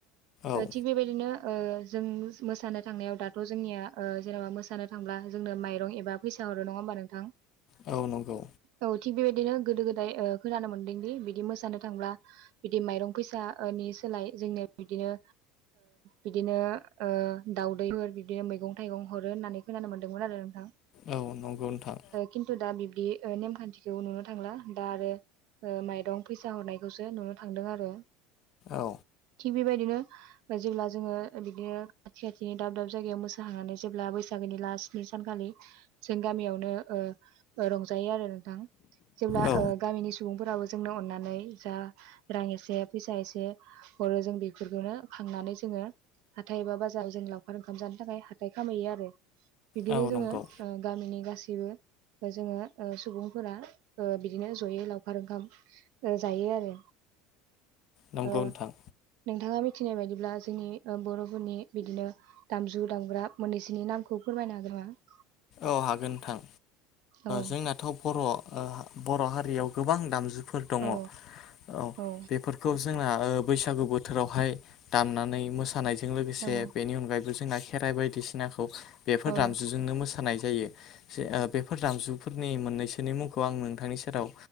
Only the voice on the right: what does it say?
थिग बेबायदिनो जों मोसानो थांनायाव दाथ' जोंनिया जेनेबा मोसानो थांब्ला जोंनो माइरं एबा फैसा हरो नङा हबा नोंथां
औ थिग बेबायदिनो गोदो गोदाय खोनानो मोनदोंदि बिदि मोसानो थांब्ला बिदि माइरं फैसानि सोलाय जोंनो बिदिनो बिदिनो दाउदैफोर बिदिनो मैगं थाइगं हरो होननानै खोनानो मोन्दोंमोन आरो नोंथां।
खिन्थु दा बिब्दि नेमखान्थिखौ नुनो थांला दा आरो ओ माइरं फैसा हरनायखौसो नुनो थांदों आरो
थिग बेबायदिनो - जेब्ला जोङो बिदिनो खाथि खाथिनि दाब दाब जायगायाव मोसा हैनानै जेब्ला बैसागोनि लास सानखालि जों गामियावनो रंजायो आरो नोंथां। जेब्ला
ओ गामिनि सुबुंफोराबो जोंनो अनानै जा रां एसे फैसा एसे होरो जों बेफोरखौनो खांनानै जोङो हाथाय एबा बाजाराव जों लावखार ओंखाम जानो थाखाय हाथाय खामहैयो आरो। बिदिनो
जोङो
गामिनि गासैबो। जोङो सुबुंफोरा बिदिनो जयै लाव लावखार ओंखाम जायो आरो।
ओ
नोंथाङा मिथिनाय बायदि ब्ला जोंनि बर'फोरनि बिदिनो दामजु दामग्रा मोननैसोनि नामखौ फोरमायनो हागोन नामा?
औ
औ
औ
औ
औ